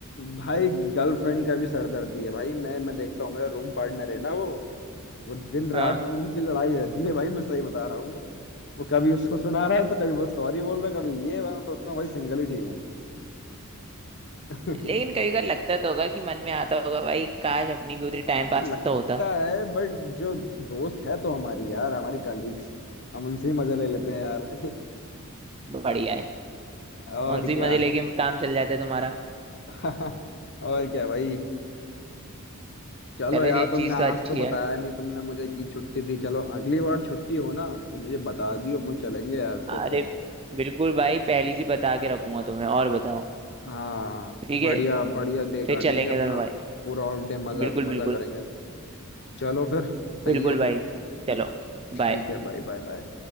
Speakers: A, on the left (about 55°); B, on the right (about 25°).
A: भाई गर्लफ्रेंड का भी सरदर्दी है भाई मैं मैं देखता हूँ मेरा रूम पार्टनर है ना वो वो दिन रात
B: हाँ
A: उनकी लड़ाई रहती है भाई मैं सही बता रहा हूँ वो वो कभी उसको सुना रहा है तो कभी वो सॉरी बोल रहा है कभी ये मैं सोचता हूँ भाई सिंगल ही ठीक हूँ <laughs>
B: लेकिन कभी कभार लगता तो होगा कि मन में आता होगा भाई काश अपनी भी उतनी
A: हाँ,
B: टाइम पास
A: लगता
B: तो होता
A: है बट जो दोस्त है तो हमारी यार हमारी कलीग्स हम उनसे ही मजे ले लेते हैं यार
B: बढ़िया है
A: <laughs> और
B: उनसे
A: क्या
B: मजे लेके काम चल जाता है तुम्हारा
A: <laughs> और क्या भाई चलो
B: चलो
A: यार
B: ये
A: तुमने
B: चीज
A: आज
B: तो अच्छी
A: तो बताया
B: है
A: नहीं तुमने मुझे कि छुट्टी थी चलो अगली बार छुट्टी हो ना तो मुझे बता दियो अपन चलेंगे यार
B: अरे
A: फिर से
B: बिल्कुल भाई पहली सी बता के रखूंगा तुम्हें और बताओ
A: हाँ
B: ठीक
A: बढ़िया
B: है
A: बढ़िया डे काटेंगे
B: फिर चलेंगे
A: अपना
B: दोनों भाई
A: पूरा ऑफ डे मजा
B: बिल्कुल बिल्कुल
A: मजा करेंगे चलो फिर सही
B: बिल्कुल
A: है
B: भाई चलो
A: ठीक
B: बाय
A: है भाई बाय बाय